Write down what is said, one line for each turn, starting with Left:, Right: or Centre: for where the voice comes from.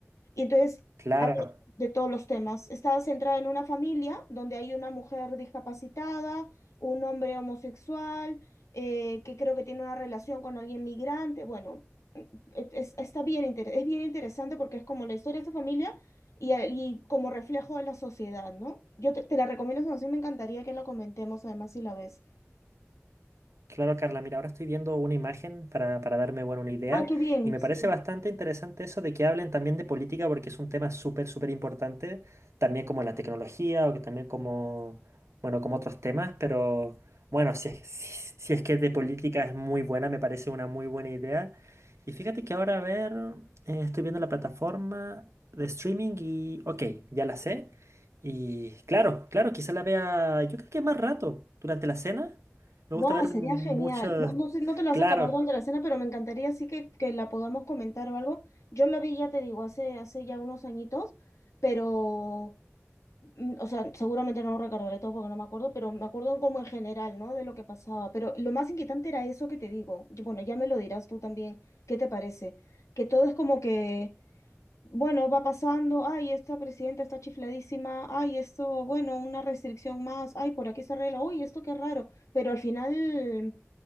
Left: Y entonces
Right: claro.
Left: habla de todos los temas. Está centrada en una familia donde hay una mujer discapacitada, un hombre homosexual, eh, que creo que tiene una relación con alguien migrante. Bueno, e- es, está bien inter- es bien interesante porque es como la historia de esta familia y, a- y como reflejo de la sociedad, ¿no? Yo te, te la recomiendo, esa me encantaría que la comentemos además si la ves.
Right: Claro, Carla, mira, ahora estoy viendo una imagen para, para darme, bueno, una idea
Left: Ah, qué bien,
Right: y me
Left: sí.
Right: parece bastante interesante eso de que hablen también de política porque es un tema súper, súper importante, también como la tecnología o que también como, bueno, como otros temas, pero bueno, si es, si, si es que de política es muy buena, me parece una muy buena idea. Y fíjate que ahora, a ver, eh, estoy viendo la plataforma de streaming y, ok, ya la sé. Y claro, claro, quizá la vea, yo creo que más rato, durante la cena. Me
Left: Guau,
Right: gusta ver
Left: sería
Right: mucho...
Left: genial. No, no sé, no te la
Right: Claro,
Left: vas a acabar durante la cena, pero me encantaría así que, que la podamos comentar o algo. Yo la vi, ya te digo, hace, hace ya unos añitos, pero, mm, o sea, seguramente no lo recordaré todo porque no me acuerdo, pero me acuerdo como en general, ¿no? De lo que pasaba. Pero lo más inquietante era eso que te digo. Yo- Bueno, ya me lo dirás tú también. ¿Qué te parece? Que todo es como que, bueno, va pasando, ay, esta presidenta está chifladísima, ay, esto, bueno, una restricción más, ay, por aquí se arregla, uy, esto qué raro pero al final